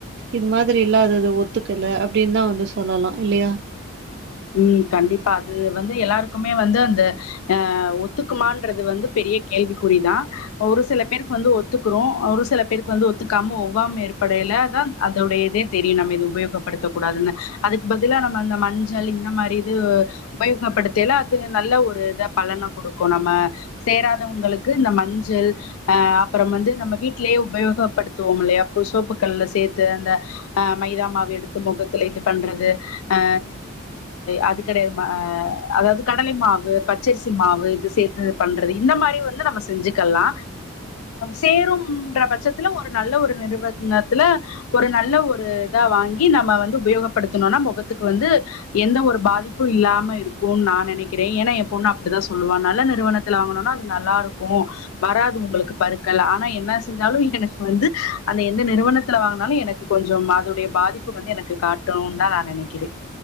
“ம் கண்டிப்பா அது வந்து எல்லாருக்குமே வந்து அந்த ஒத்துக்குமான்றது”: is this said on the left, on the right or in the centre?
Left